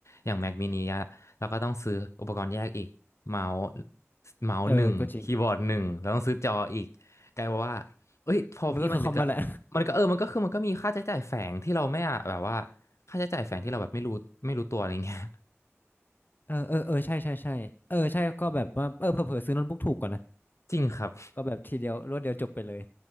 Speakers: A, on the left; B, on the left.
A: อย่าง Mac mini อะเราก็ต้องซื้ออุปกรณ์แยกอีกเมาส์เมาส์หนึ่งคีย์บอร์ดหนึ่งแล้วต้องซื้อจออีกกลายเป็นว่าเอ้ยพอพี่มันนึกอะมันก็เออมันก็คือมันก็มีค่าใช้จ่ายแฝงที่เราไม่อะแบบว่า
B: เออก็จริงมันก็คือคอมมาแหละ
A: ค่าใช้จ่ายแฝงที่เราแบบไม่รู้ไม่รู้ตัวอะไรเงี้ย
B: เออเออเออใช่ใช่ใช่เออใช่ก็แบบว่าเออเผลอๆซื้อโน้ตบุ๊กถูกกว่านะ
A: <laughs> จริงครับ
B: ก็แบบทีเดียวรวดเดียวจบไปเลย